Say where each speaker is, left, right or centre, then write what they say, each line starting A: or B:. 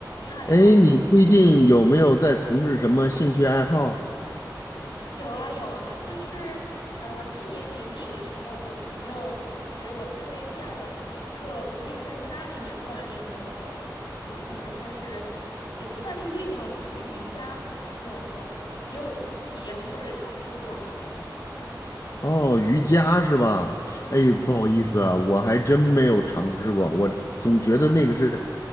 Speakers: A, on the left (about 75°); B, on the left (about 45°).
A: 你好呀，
B: 哎，你最近有没有在从事什么兴趣爱好？
A: 有啊有啊，就是呃，去年年底的时候，我朋友给我推荐了一个可以在家里面锻炼的，怎么说呢，像是也不算是运动，是瑜伽。你有也有体验或者尝试过吗？
B: 哦，瑜伽是吧？
A: 嗯。
B: 哎，不好意思啊，我还真没有尝试过。我总觉得那个是，